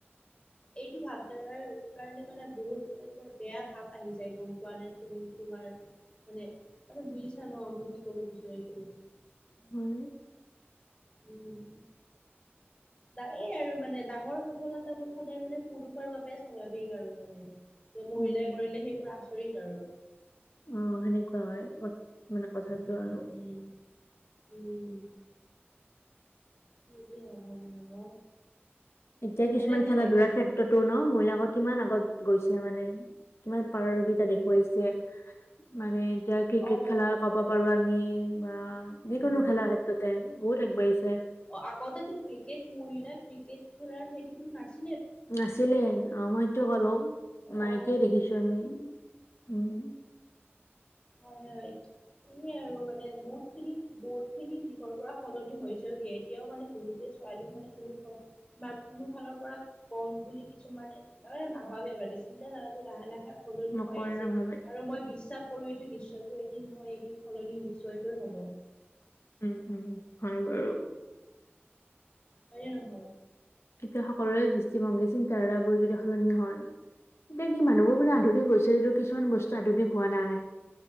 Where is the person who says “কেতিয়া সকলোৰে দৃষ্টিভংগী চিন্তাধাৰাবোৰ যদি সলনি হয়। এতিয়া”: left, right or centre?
Left